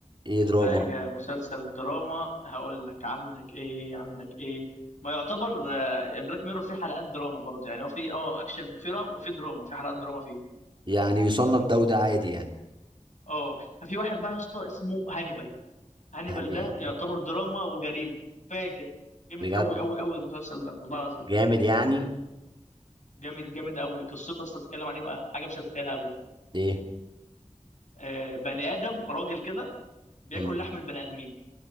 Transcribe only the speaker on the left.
حاجه مسلسل دراما هقول لك عندك ايه عندك ايه ما يعتبر آه، بلاك ميرور فيه حلقات دراما برضه يعني هو فيه اه اكشن وفيه رعب وفيه دراما في حلقات دراما فيه
اه في واحد بقى يا اسطى اسمه هانيبال هانيبال
ده يعتبر دراما وجريمه فاجر جامد
قوي قوي قوي المسلسل ده والله العظيم
جامد جامد قوي قصته اصلا بتتكلم عن ايه بقى حاجه مش هتتخيلها ابدا
آه بني ادم راجل كده بياكل
لحم البني ادمين